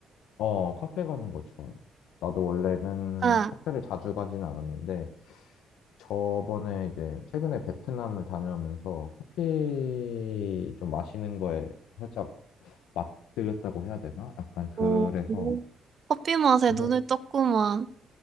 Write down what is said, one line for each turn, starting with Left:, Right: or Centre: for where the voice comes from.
Left: 어, 카페 가는 거 좋아해. 나도 원래는
Right: 응.
Left: 카페를 자주 가진 않았는데, 저번에 이제 최근에 베트남을 다녀오면서 커피 좀 마시는 거에 살짝 맛들렸다고 해야 되나? 약간 그래서,
Right: 오, 커피 맛에
Left: 그래서,
Right: 눈을 떴구만.